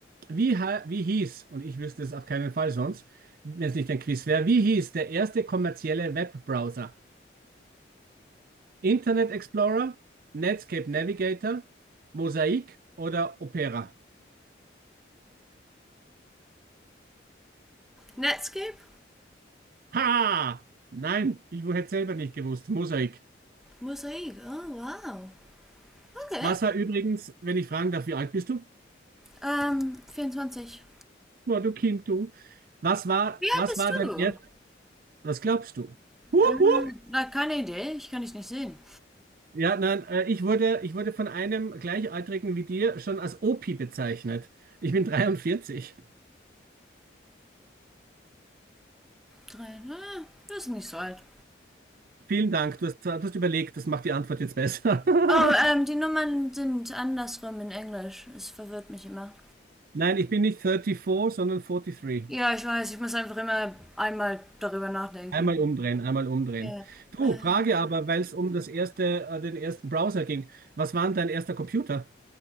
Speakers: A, on the right; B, in the centre.
A: wie, ha- wie hieß, und ich wüsste es auf keinen Fall sonst, wenn es nicht ein Quiz wäre, wie hieß der erste kommerzielle Webbrowser? Internet Explorer, Netscape Navigator, Mosaic oder Opera?
B: Netscape?
A: Ha! Nein, ich hätte selber nicht gewusst. Mosaik.
B: Mosaik. Oh, wow. Okay.
A: Was war übrigens, wenn ich fragen darf, wie alt bist du?
B: Ähm, 24.
A: Boah, du Kind, du. Was war,
B: Wie alt
A: was
B: bist
A: war dein
B: du?
A: erst, was glaubst du? Hup,
B: Ähm,
A: hup.
B: na, keine Idee. Ich kann dich nicht sehen.
A: Ja, nein, äh, ich wurde, ich wurde von einem Gleichaltrigen wie dir schon als Opi bezeichnet. Ich bin 43.
B: Drei. Na, das ist nicht so alt.
A: Vielen Dank, du hast, du hast überlegt, das macht die Antwort jetzt besser. <laughs>
B: Oh, ähm, die Nummern sind andersrum in Englisch. Es verwirrt mich immer.
A: Nein, ich bin nicht 34, sondern 43.
B: Ja, ich weiß. Ich muss einfach immer einmal darüber nachdenken.
A: Einmal umdrehen, einmal umdrehen.
B: Ja,
A: Du,
B: äh,
A: Frage aber, weil es um das erste, äh, den ersten Browser ging. Was war denn dein erster Computer?